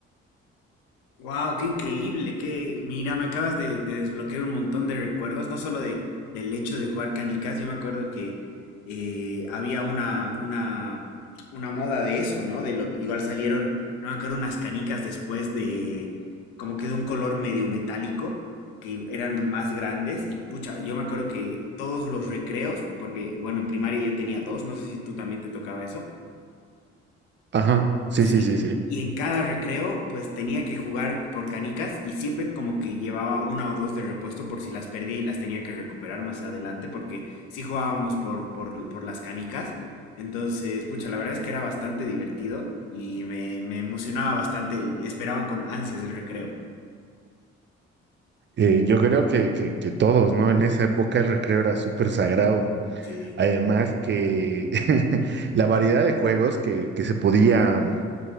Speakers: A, on the left; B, on the right.
A: wow, qué increíble, que mira, me acabas de, de desbloquear un montón de recuerdos, no solo de, del hecho de jugar canicas, yo me acuerdo que eh, había una, una, una moda de eso, ¿no? De lo, igual salieron, no me acuerdo, unas canicas después de, como que de un color medio metálico, que eran más grandes, y pucha, yo me acuerdo que todos los recreos, porque, bueno, en primaria yo tenía dos, no sé si tú también te tocaba eso.
B: Ajá, sí,
A: Sí,
B: sí, sí, sí.
A: y en cada recreo pues tenía que jugar por canicas y siempre como que llevaba una o dos de repuesto por si las perdía y las tenía que recuperar más adelante porque sí jugábamos por, por, por las canicas. Entonces, pucha, la verdad es que era bastante divertido y me, me emocionaba bastante, el- esperaba con ansias el recreo.
B: Eh, yo creo que, que, que todos, ¿no? En esa época el recreo era súper sagrado.
A: Sí,
B: Además que <laughs> la variedad de juegos que, que se podía, mm,